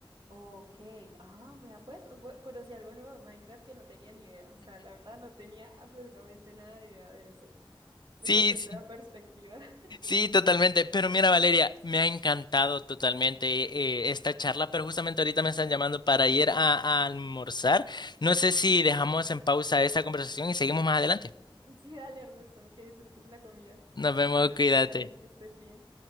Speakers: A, on the right; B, on the left.
A: Ok. Ah, vea pues, bu- conocí algo nuevo de Minecraft que no tenía ni idea. O sea, la verdad no tenía absolutamente nada de idea de eso. Me
B: Sí,
A: cambiaste
B: sí,
A: la perspectiva. <laughs>
B: Sí, totalmente. Pero mira, Valeria, me ha encantado totalmente eh, esta charla, pero justamente ahorita me están llamando para ir a, a almorzar. No sé si dejamos en pausa esta conversación y seguimos más adelante.
A: Sí, dale, Ernesto, que disfrutes la comida.
B: Nos
A: No
B: vemos,
A: pasa nada.
B: cuídate.
A: Dale, que estés bien.